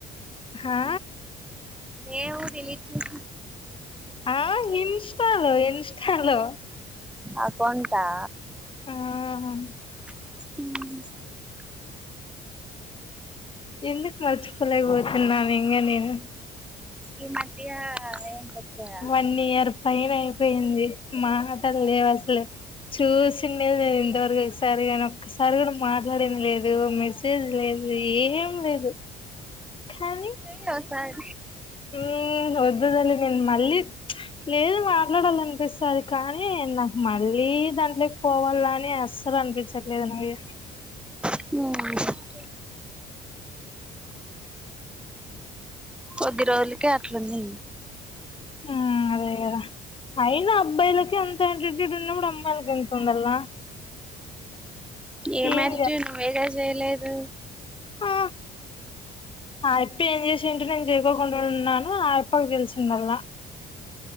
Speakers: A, on the left; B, in the centre.
A: హా
B: ఏమో తెలియట్లే
A: ఆ ఇన్స్టలో ఇన్స్టలో
B: అకౌంట్ ఆ
A: ఆహా
B: ఉ
A: ఎందుకు మర్చిపోలేక పోతున్నాను ఇంగా నేను
B: ఈ మధ్య ఏం పెట్టలేదా
A: ఇన్నియార్ ఫైవ్ అయిపోయింది మాటలు లేవు అసలు చూసిండేదిను ఇంతవరకు ఒకసారిగానీ ఒకాసారి కూడా మాట్లాడేది లేదు మెసేజ్ లేదు ఏం లేదు కాని
B: ఉండు ఓ సారి
A: ఉ వద్దు తల్లి. నేను మళ్ళీ లేదు మాట్లాడాలనిపిస్తది కానీ నాకు మళ్ళీ దాంట్లోకి పోవాల అని అస్సలు అనిపించట్లేదు అవి
B: ఉ కొద్ది రోజులకే అట్లా ఉన్నది
A: ఆ అదే కాదా అయినా అబ్బాయిలకి ఎంత ఎంట్రక్టెడ్ ఉన్నప్పుడు అమ్మాయిలకి ఎంత ఉండాల
B: ఏ
A: ఏం
B: మ్యారిట్ నువ్వు ఎలా చేయలేదు
A: ఆ ఆ అప్ప ఏం చేసింటో నేను చేకోకుండా ఉన్నాను ఆ అప్పకి తెలిసిందల